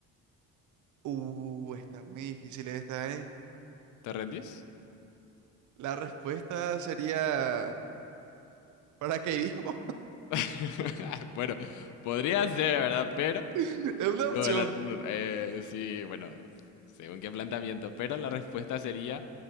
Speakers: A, on the right; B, on the left.
A: Uh, está muy difícil esta, ¿eh?
B: ¿Te rendís?
A: La respuesta sería paracaidismo.
B: <laughs> Bueno, podría ser, ¿verdad? Pero,
A: <laughs> Es una
B: no,
A: opción.
B: la- no, eh, sí, bueno, según qué planteamiento, pero la respuesta sería